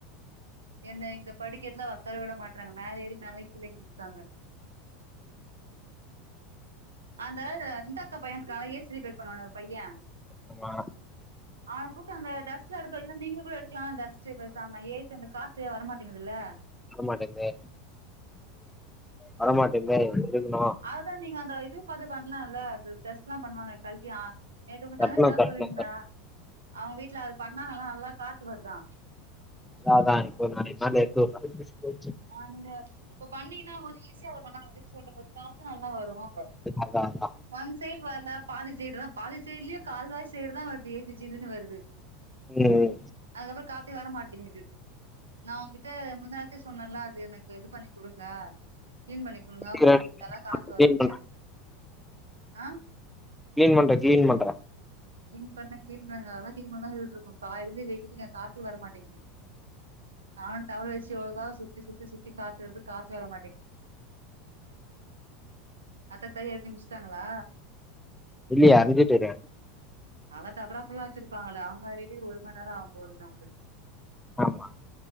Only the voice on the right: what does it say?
என்ன இந்த படிக்கெட்டுலா ஒக்கார விட மாட்டறாங்க மேல ஏறி மேலயு கீழயின்ருக்காங்க அந்த இந்தக்கா பையன்ட்ருக்கால ஏ சி ரிப்பேர் பண்ணுவானே ஒரு பைய
அவன கூப்டு அந்த டஸ்ட்ல எடுக்க வைங்க நீங்க கூட எடுக்கலா டஸ்ட்டு இப்ப சாப்பட ஏசி அந்த கா த்து வரமாட்டேங்குது இல்ல
அதுதான் நீங்க அந்த இது பாத்து பண்ணலாம் இல்ல அதுடெஸ் எல்லாம் பண்ணுவாங்க கல்ட்டியா நேத்து உ
தங்கச்சி அதா
சொல்லியிருந்தா
அவங்க வீட்ல அது பண்ணாங்கல்லாம் நல்லா காத்து வருதான்
ஆமாங்க இப்ப பண்ணீங்கன்னா கொஞ்சம் ஈஸியா இருக்கணும் அப்டின்னு சொல்றது காத்து நல்லா வரும்
ஒன் சைடு வரல பாதி சைடு தான் பாதி சைடுலேயும் கால்வாய் சைடு தான் வருது ஏசி ஜீல்ன்னு வருது
அதுக்கப்பறம் காத்தே வர மாட்டேங்குது நான் உங்கிட்ட முந்தா னேத் சொன்னல்லாம் அது எனக்கு இது பண்ணி கொடுங்க கிளீன் பண்ணி கொடுங்க
கொஞ்சம் நல்லா காத்து வரும்ன்னு
ஆ
கிளீன் பண்ண கீளீன் பன்னாங்க அதான் கீளீன் பண்ணான் சொல்லிட்டு இருக்கும் கால்ல இருந்து வெயிலுங்க கா த்து வர மாட்டேங்குது நானு டவலை வச்சு ஒழுங்கா தா சுத்தி சுத்தி சுத்தி காட்டுது காத்து வர மாட்டேங்குது அந்தக்கா எழுதி முடிச்சிட்டாங்களா
அதான் டபரா ஃபுல்லா வச்சிருப்பாங்களல்ல அவங்க அரிலே ஒரு மண்நேரம் ஆகும் போறது நம்பளுக்கு